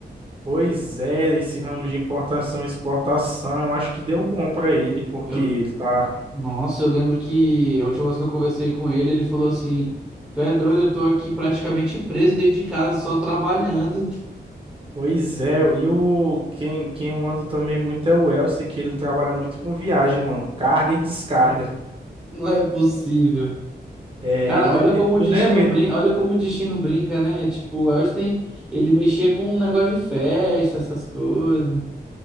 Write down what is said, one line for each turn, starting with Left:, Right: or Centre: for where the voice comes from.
Right: Pois é, esse ramo de importação e exportação, eu acho que deu bom pra ele, porque
Centre: Eu,
Right: ele tá.
Centre: nossa, eu lembro que a última vez que eu conversei com ele, ele falou assim, tu é doido, eu tô aqui praticamente preso dentro de casa, só trabalhando.
Right: Pois é, e o quem, quem eu ando também muito é o Elcio, que ele trabalha muito com viagem, mano, carga e descarga.
Centre: <laughs> Não é possível.
Right: É,
Centre: Cara,
Right: ele
Centre: olha
Right: mesmo.
Centre: como o
Right: Tu
Centre: destino
Right: lembra?
Centre: brinca, olha como o destino brinca, né? Tipo, o Elsten, ele mexia com um negócio de festa, essas coisas.